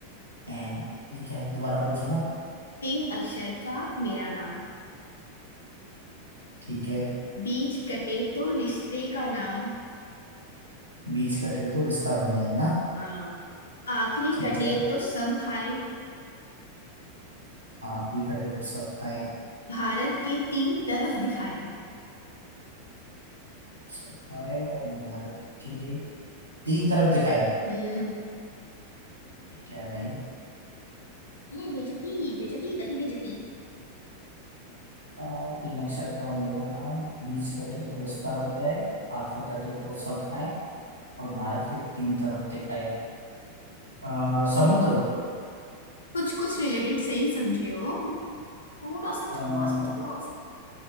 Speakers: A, on the right (about 85°); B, on the left (about 70°).
A: है ये क्या है दोबारा पूछो ना
B: तीन अक्षर का मेरा नाम
A: ठीक है
B: बीच कटे तो रिश्ते का नाम
A: बीच कटे तो रिश्ता बन जाए ना
B: हाँ आखिरी
A: ठीक
B: कटे
A: है
B: तो सब खाए
A: आखिरी कटे तो सब खाए
B: भारत के तीन तरफ दिखाए
A: सब खाए और भारत के तीन तरफ दिखाए
B: हम्म
A: क्या है भाई
B: बेचती बेचती गति बेचती
A: आ, तीन अक्षर का मेरा नाम बीच कटे तो रिश्ता बन जाए आखिर कटे तो सब खाए और भारत के तीन तरफ दिखाए आ, समुद्र
B: कुछ कुछ रिलेटेड से ही समझे हो थोड़ा सा
A: आ,
B: थोड़ा सा थोड़ा सा